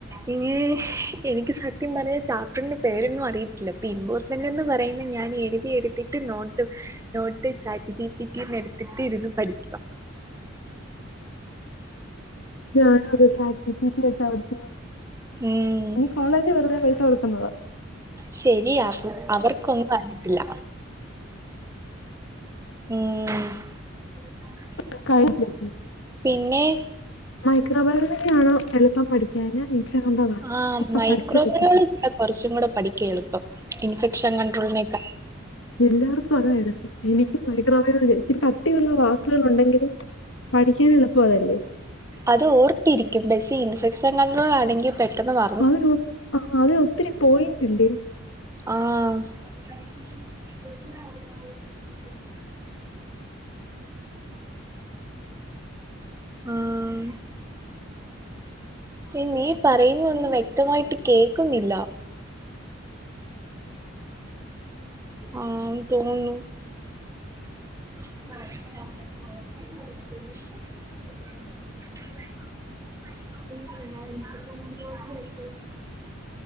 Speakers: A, on the right; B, on the left.
A: ഇന് ഹ് എനിക്ക് സത്യം പറ്ഞ്ഞ ചാപ്റ്റർന്റെ പേരൊന്നും അറിയത്തില്ല <unintelligible> നന്നന്ന് പറയുന്ന ഞാൻ എഴ്‌തി എട്ത്തിട്ട് നോട്ട് ഹ്. Note chat G P T യും എട്ത്തിട്ട് ഇരുന്ന് പഠിക്കുക.
B: ഞാനും അതെ ചാറ്റ് ജി പി ടി വെച്ചാ പഠിക്കുന്നെ.
A: ഹ്മ്.
B: കോളേജി വെറുതെ പൈസ കൊട്ക്കുന്നതാ.
A: ശെരിയാകും അവർക്കൊന്നും അറ ഇല്ല ഹ്മ്. <inaudible>
B: <unintelligible>
A: പിന്നെ
B: മൈക്രോബയോളജി ആണോ എളുപ്പം പഠിക്കാന്. ഇൻസ്റ്റാഗ്രാമിലാണോ
A: ആഹ്
B: ഇപ്പൊ
A: മൈക്രോ
B: പഠിച്ച് വെച്ചിട്ട്?
A: ബയോ കൊർച്ചും കൂടെ പഠിക്കായെളുപ്പം ഇൻഫെക്ഷൻ കണ്ട്രോളിനെക്ക.
B: എല്ലാർക്കും അതാ എളുപ്പം എനിക്കും മൈക്രോവയോളജ്യാ ഇച്ചിരി കട്ടിയുള്ള വാക്കുകളുണ്ടെങ്കിലും. പഠിക്കാൻ എളുപ്പം അതല്ലേ?
A: അത് ഓർത്തിരിക്കും പക്ഷെ ഇൻഫെക്ഷൻകൺട്രോളാണെങ്കി. പെട്ടെന്ന് വ.
B: അഹ് നോ അ അത് ഒത്തിരി പോയിന്റ്ല്ലേ?
A: ആഹ്. ആഹ്. ഹേ നീ പറയുന്നഒന്നും വ്യക്തമായിട്ട് കേക്കുന്നില്ല. ആഹ് തോന്ന് ന്നു <inaudible> <unintelligible>